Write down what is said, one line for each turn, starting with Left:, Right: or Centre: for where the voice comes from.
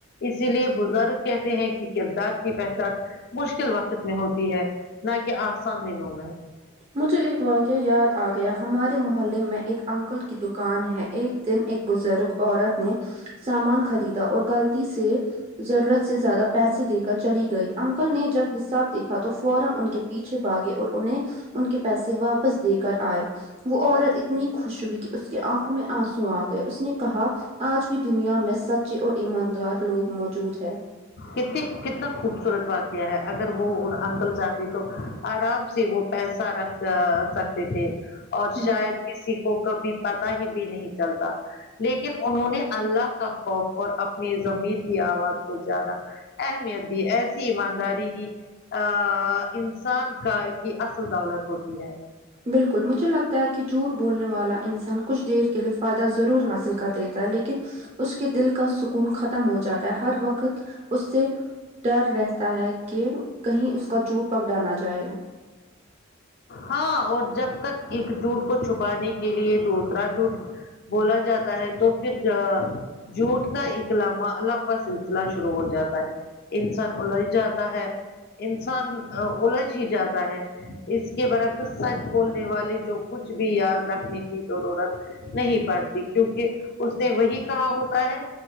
Left: اسی لیے بزرگ کہتے ہیں کی کردار کی پہچان مشکل وقت میں ہوتی ہے نہ کی آسان دنوں میں
Right: مجھے ایک واقعہ یاد آ گیا ہمارے محلے میں ایک انکل کی دکان ہے ایک دن ایک بزرگ عورت نے سامان خریدا اور غلطی سے ضرورت سے زیادہ پینسے دے کر چلی گئی انکل نے جب حساب دیکھا تو فورا ان کے پیچھے بھاگے اور انہیں ان کے پیسے واپس دے کر آئے وہ عورت اتنی خوش ہوئی کی اس کے آنکھوں میں آنسو آ گئے اس نے کہا آج بھی دنیا میں سچے اور ایماندار لوگ موجود ہیں
Left: کتنی کتنا خوبصورت واقعہ ہے اگر وہ انکل چاہتے تو آرام سے وہ پیسہ رکھ آ سکتے تھے اور
Right: ہے
Left: شاید کسی کو کبھی پتا ہی بھی نہیں چلتا لیکن انہوں نے اللہ کا خوف اور اپنی زامیر کی آواز کو زیادہ اہمیت دی ایسی ایمانداری ہی آ انسان کا کی اصل دولت ہوتی ہے
Right: بالکل مجھے لگتا ہے کی جوٹ بولنے والا انسان کچھ دیر کے لیئے فائدہ ضرور حاصل کر لیتا ہے لیکن اس کے دل کا سکون ختم ہو جاتا ہے ہر وقت اس سے ڈر رہتا ہے کہ کہیں اس کا جوٹ پکڑا نہ جائے
Left: ہاں اور جب تک ایک جوٹ کو چھپانے کے لیے دوسرا جوٹ بولا جاتا ہے تو پھر جا جوٹ کا ایک لبا لامبا سلسلہ شروع ہو جاتا ہے انسان الجھ جاتا ہے انسان الجھ ہی جاتا ہے اس کے برک سچ بولنے والے جو کچھ بھی یاد رکھنے کی ضرورت نہیں پرتی کیونکہ اس نے وہی کہا ہوتا ہے